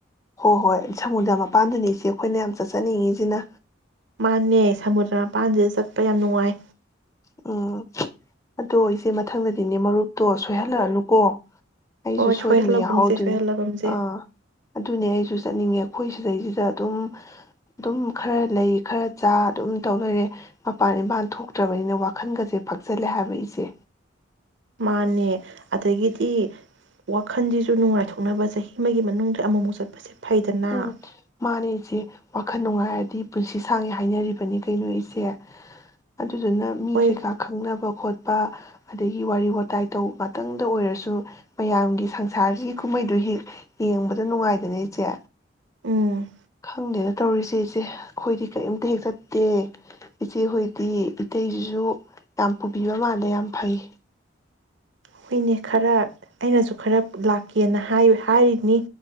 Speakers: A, on the left; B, on the right.
A: ꯍꯣꯏ ꯍꯣꯏ ꯁꯃꯨꯗ꯭ꯔ ꯃꯄꯥꯟꯗꯨꯅꯤ ꯏꯆꯦ ꯑꯩꯈꯣꯏꯅ ꯌꯥꯝ ꯆꯠꯆꯅꯤꯡꯉꯤꯁꯤꯅ
B: ꯃꯥꯅꯦ ꯁꯃꯨꯗ꯭ꯔ ꯃꯄꯥꯟꯗ ꯆꯠꯄ ꯌꯥꯝ ꯅꯨꯡꯉꯥꯏ
A: ꯎꯝ ꯑꯗꯣ ꯏꯆꯦ ꯃꯊꯪꯗꯗꯤꯅꯦ ꯃꯔꯨꯞꯇꯣ ꯁꯣꯏꯍꯜꯂꯛꯑꯅꯨꯀꯣ ꯑꯩꯁꯨ
B: ꯍꯣꯏ ꯁꯣꯏꯍꯜꯂꯒꯨꯝꯁꯦ
A: ꯁꯣꯏꯗꯅ ꯌꯥꯎꯍꯧꯗꯨꯏꯅꯦ
B: ꯁꯣꯏꯍꯜꯂꯒꯨꯝꯁꯦ
A: ꯑꯥ ꯑꯗꯨꯅꯦ ꯑꯩꯁꯨ ꯆꯠꯅꯤꯡꯉꯦ ꯑꯩꯈꯣꯏ ꯁꯤꯗꯩꯁꯤꯗ ꯑꯗꯨꯝ ꯑꯗꯨꯝ ꯈꯔ ꯂꯩ ꯈꯔ ꯆꯥ ꯑꯗꯨꯝ ꯇꯧ ꯂꯩꯔꯦ ꯃꯄꯥꯟ ꯏꯝꯄꯥꯟ ꯊꯣꯛꯇ꯭ꯔꯕꯅꯤꯅ ꯋꯥ ꯋꯥꯈꯟꯒꯁꯦ ꯐꯛꯆꯜꯂꯦ ꯍꯥꯏꯕ ꯏꯆꯦ
B: ꯃꯥꯟꯅꯦ ꯑꯗꯒꯤꯗꯤ ꯋꯥꯈꯜꯁꯤꯁꯨ ꯅꯨꯡꯉꯥꯏꯊꯣꯛꯅꯕ ꯆꯍꯤ ꯑꯃꯒꯤ ꯃꯅꯨꯡꯗ ꯑꯃꯃꯨꯛ ꯆꯠꯄꯁꯦ ꯐꯩꯗꯅ
A: ꯎꯝ ꯃꯥꯅꯦ ꯏꯆꯦ ꯋꯥꯈꯜ ꯅꯨꯡꯉꯥꯏ ꯗꯤ ꯄꯨꯟꯁꯤ ꯁꯥꯡꯉꯦ ꯍꯥꯏꯅꯔꯤꯕꯅꯤ ꯀꯩꯅꯣ ꯏꯆꯦ ꯑꯗꯨꯗꯨꯅ ꯃꯤꯁꯦ
B: ꯍꯣꯏ
A: ꯄꯥꯛ ꯈꯪꯅꯕ ꯈꯣꯠ ꯕ ꯑꯗꯒꯤ ꯋꯥꯔꯤ ꯋꯥꯇꯥꯏ ꯇꯧ ꯉꯥꯛꯇꯪꯗ ꯑꯣꯏꯔꯁꯨ ꯃꯌꯥꯝꯒꯤ ꯁꯪꯁꯥꯔꯁꯤꯒꯤ ꯀꯨꯝꯍꯩꯗꯨ ꯍꯦꯛ ꯌꯦꯡꯕꯗ ꯅꯨꯡꯉꯥꯏꯗꯅ ꯏꯆꯦ
B: ꯎꯝ
A: ꯈꯪꯗꯦꯅ ꯇꯧꯔꯤꯁꯦ ꯏꯆꯦ ꯑꯩꯈꯣꯏꯗꯤ ꯀꯔꯤꯝꯇ ꯍꯦꯛ ꯆꯠꯇꯦ ꯏꯆꯦꯍꯣꯏꯗꯤ ꯏꯇꯩꯁꯤꯁꯨ ꯌꯥꯝ ꯄꯨꯕꯤꯕ ꯃꯥꯜꯂꯦ ꯌꯥꯝ ꯐꯩ꯫
B: ꯍꯣꯏꯅꯦ ꯈꯔ ꯑꯩꯅꯁꯨ ꯈꯔ ꯂꯥꯛꯀꯦꯅ ꯍꯥꯏ ꯍꯥꯏꯔꯤꯅꯤ꯫